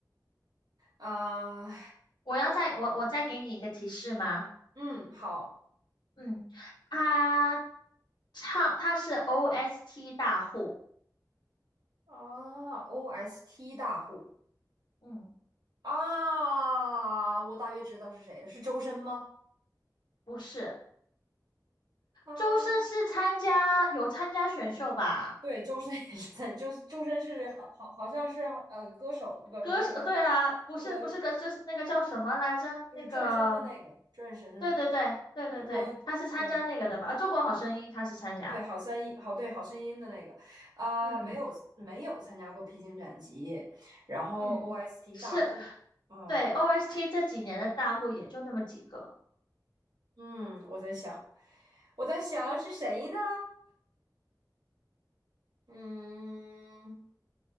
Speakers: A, on the right; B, on the left.
A: 啊。
B: 我要再我我再给你一个提示吗？
A: 嗯，好
B: 嗯，他唱他是 OST 大户，
A: 啊，OST 大户
B: 嗯，
A: 啊，我大约知道是谁了，是周深吗？
B: 不是，
A: 啊。
B: 周深是参加有参加选秀吧？
A: 对，周深也是在，周周深是好好好像是呃歌手，不不那个
B: 歌手，对啊，不是不是歌，
A: 那个
B: 就是那个叫什么来着？
A: 就是转身的那个转身，
B: 那个，对对对对对对，
A: 中国对
B: 他是参加那个的吧？啊，中国好声音他是参加，
A: 对好三音好对好声音的那个啊、
B: 嗯
A: 没有没有参加过披荆斩棘，然后
B: 嗯，
A: OST
B: 是
A: 大户嗯
B: 对 OST 这几年的大户也就那么几个，
A: 嗯，我在想我在想是谁呢？嗯，